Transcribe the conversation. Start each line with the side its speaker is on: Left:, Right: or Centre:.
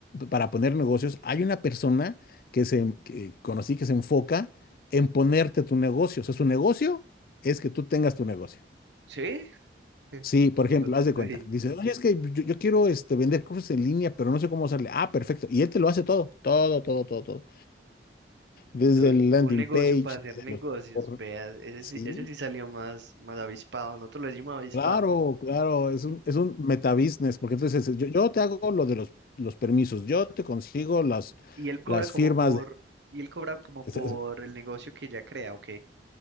Left: para poner negocios, hay una persona que, se, que conocí que se enfoca en ponerte tu negocio. O sea, su negocio es que tú tengas tu negocio.
Right: ¿Sí? <laughs>
Left: Sí, por ejemplo, haz de
Right: Sí.
Left: cuenta. Dice, oye, es que yo, yo quiero este, vender cursos en línea, pero no sé cómo hacerle. Ah, perfecto. Y él te lo hace todo, todo, todo, todo, todo. Desde
Right: O-
Left: el landing
Right: Un negocio
Left: page,
Right: para hacer
Left: desde
Right: negocios,
Left: los... por-
Right: veas, ese
Left: Sí,
Right: sí, ese sí salió más, más avispado, nosotros lo decimos avispado.
Left: Claro, claro,
Right: <laughs> Ujú.
Left: es un, es un metabusiness, porque entonces yo, yo te hago lo de los, los permisos, yo te consigo las,
Right: Y él cobra
Left: las
Right: como
Left: firmas
Right: por, y él cobra como por
Left: de,
Right: el negocio que ya crea, ok.